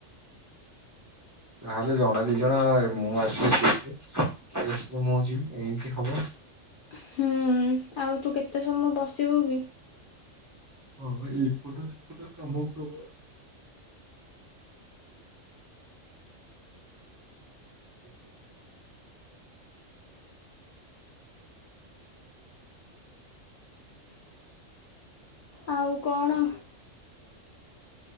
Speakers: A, on the right (about 20°); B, on the left (about 65°).
A: ତାହେଲେ ଜଣେ ଦି ଜଣ ମୁଁ ଆସିଲେ ସେ ଯିବେ ସେ ଆସିଲେ ମୁଁ ଯିବି ଏମିତି ହବ।
B: ହୁଁ ଆଉ ତୁ କେତେ ସମୟ ବସି <unintelligible>
A: ହଁ ଏଇପଟ ସେପଟ ତମ ଉପରେ <unintelligible> <inaudible>
B: ଆଉ କଣ?